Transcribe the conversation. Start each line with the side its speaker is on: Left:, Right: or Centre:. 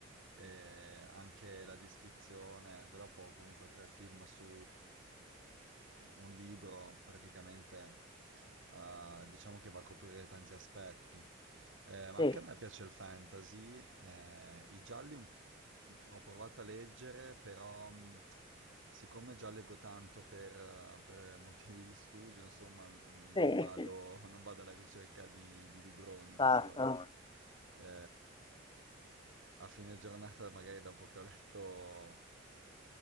Right: e anche la descrizione, però poi comunque tre film su un libro praticamente eh, diciamo che va a coprire tanti aspetti. Eh, ma
Left: Sì,
Right: anche a me piace il fantasy, eh, i gialli un- ho provato a leggere però... mm, Siccome già leggo tanto per, eh, per motivi di studio, insomma, n-
Left: Sì,
Right: non
Left: sì, è
Right: vado,
Left: ti dico,
Right: non vado alla ricerca di, di libroni
Left: stato.
Right: di solito. Eh, a fine giornata, magari dopo che ho letto